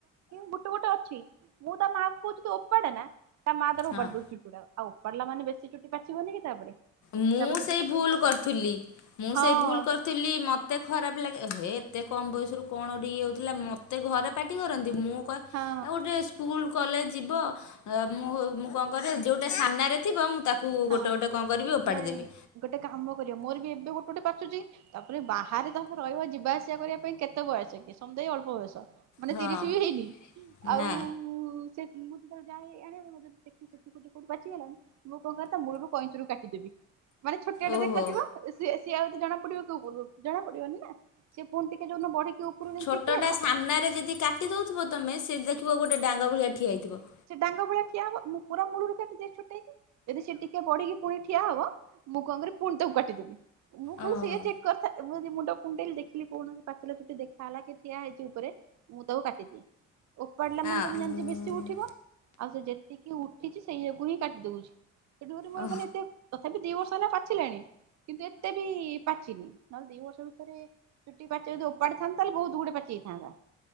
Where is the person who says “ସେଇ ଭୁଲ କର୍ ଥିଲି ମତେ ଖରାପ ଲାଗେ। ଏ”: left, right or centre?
Left